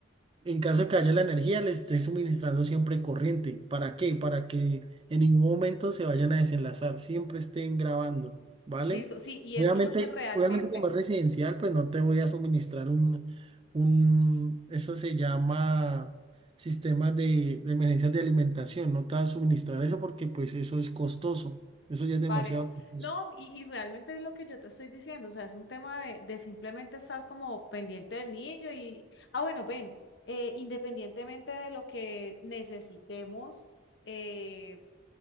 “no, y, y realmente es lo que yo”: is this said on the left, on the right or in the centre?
Left